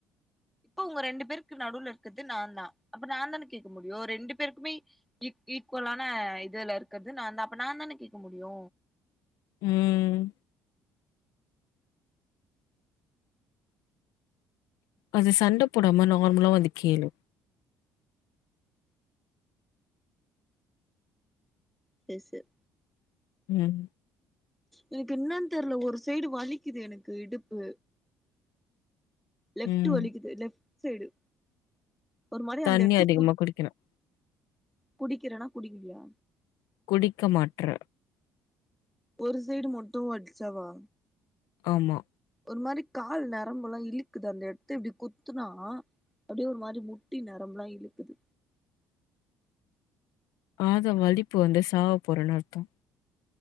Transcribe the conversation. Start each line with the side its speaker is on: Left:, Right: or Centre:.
Centre: அப்போ உங்க ரெண்டு பேருக்கு நடுவுல இருக்கறது நா தா அப்ப நா தான கேக்க முடியு ரெண்டு பேருக்குமே ஈ ஈக்குவலான இதுல இருக்கறது நா தா அப்ப நா தான கேக்க முடியு
Left: ம் ம் அது சண்ட போடாம நார்மலா வந்து கேலு
Centre: செர் செர்
Left: ம்
Centre: எனக்கு என்னன் தெர்ல ஒரு சைடு வலிக்குது எனக்கு இடுப்பு லெப்ட்டு
Left: ம்.
Centre: வலிக்குது லெப்ட் சைடு ஒரு மாரி
Left: தண்ணி
Centre: அந்த எடத்த
Left: அதிகமா
Centre: குத்
Left: குடிக்கணும்.
Centre: குடிக்கிறனா குடிக்லியா
Left: குடிக்கமாட்ற
Centre: ஒரு சைடு மட்டு வட்ச்சாவா
Left: ஆமா
Centre: ஒரு மாரி கால் நரம்பெலா இழுக்குது அந்த எட்த்த இப்டி குத்துனா அப்டியே ஒரு மாதிரி முட்டி நரம்பெலா இழுக்குது
Left: ஆத வலிப்பு வந்து சாவ போறன்னு அர்த்தோ